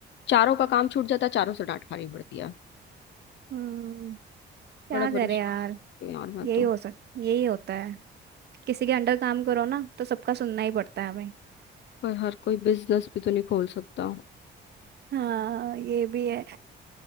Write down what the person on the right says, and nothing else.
हम्म क्या
करे
यार
यही
हो सक यही होता है किसी के अंडर काम करो ना तो सबका सुनना ही पड़ता है हमें
हाँ ये भी है